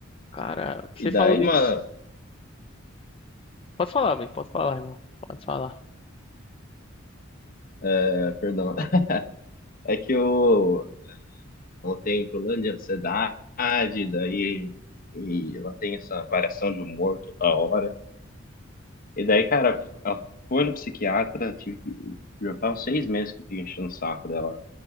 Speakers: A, on the left; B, on the left.
A: Cara, você
B: e daí,
A: falou disso.
B: mano,
A: Pode falar, vem, pode falar, irmão. Pode falar.
B: é, perdão, <laughs> é que eu, ela tem um problema de ansiedade, daí e ela tem essa variação de humor toda hora. E daí, cara, ela foi no psiquiatra, tive, que- já faz uns seis meses que eu fiquei enchendo o saco dela